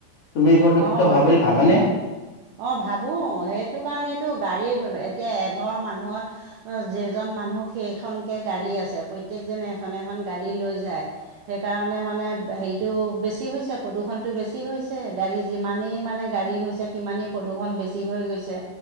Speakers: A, on the left (about 70°); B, on the right (about 80°).
A: তুমি প্ৰদূষিত
B: অহ
A: হোৱা বুলি ভাবানে?
B: অহ ভাবো সেই সেইটো কাৰণেতো গাড়ী এতিয়া এঘৰ মানুহত যেইজন মানুহ সেইখনকৈ গাড়ী আছে প্ৰত্যেকজনে এখন এখন গাড়ী লৈ যায় সেইকাৰণে মানে হেৰিটো বেছি হৈছে, প্ৰদূষণটো বেছি হৈছে। গাড়ী যিমানেই মানে গাড়ী হৈছে সিমানেই প্ৰদূষণ বেছি হৈ গৈছে।